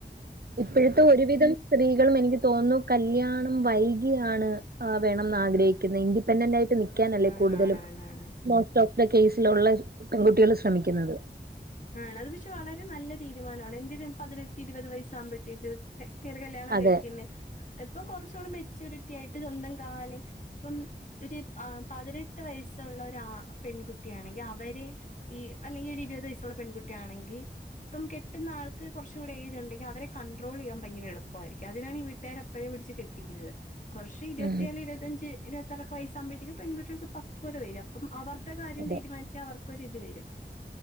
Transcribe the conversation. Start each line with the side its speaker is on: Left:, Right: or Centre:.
Right: ഇപ്പഴ്ത്തെ ഒരുവിധം സ്ത്രീകളുമെനിക്ക് തോന്നു കല്യാണം വൈകിയാണ് ആ വേണംമ്ന്ന് ആഗ്രഹി ക്കിന്നെ ഇൻഡിപെൻഡന്റ് ആയിട്ട് നിക്കിനല്ലേ
Left: ആണാണാണാണ്
Right: കൂടുതലും മോസ്റ്റ് ഓഫ് ദ കേസ്‌ലെള്ള പെൺകുട്ടികൾ ശ്രമിക്കുന്നത്
Left: ആണ് അത് പക്ഷെ വളരെ നല്ല തീരുമാനാണ് എന്തിന് പതിനെട്ട് ഇരുപത് വയസാമ്പത്തേക്ക് കേറി കല്യാണം
Right: അതെ
Left: കഴിക്കിന്നേ ഇപ്പൊ കൊറച്ചോടെ മെച്ചൂരിറ്റി ആയിട്ട് സ്വന്തം കാലെ ഇപ്പം ഒരു അ പതിനെട്ട് വയസൊള്ള ഒര അ പെൺകുട്ടിയാണെങ്കി, അവരെ- ഈ അല്ലെങ്കി ഒരു ഇരുപത് വയസ്സ്ള്ള പെൺകുട്ടിയ ആണെങ്കി- ഇപ്പം കെട്ടുന്ന ആൾക്ക് കുറച്ചൂടെ ഏജ് ഒണ്ടെങ്കി അവരെ കൺട്രോ ചെയ്യൻ ഭയങ്കര എളുപ്പം ആയിരിക്കും അതിനാണ് വീട്ടുക്കാര - ഇപ്പഴെ പിടിച്ച് കെട്ടിക്കിന്നത് കൊറച്ച് ഇരുപത്തിയേള്
Right: ഉം
Left: ഇരുപത്തഞ്ച് ഇരുപത്താറെക്കെ വയസ്സാക്മ്പഴ്ത്തേക്കും പെൺകുട്ടികൾക്ക് പ- കുത വര് അപ്പം അവർടെ കാര്യം
Right: അതെ.
Left: തീരുമാനിക്കാൻ അവർക്കൊരിത് വരും.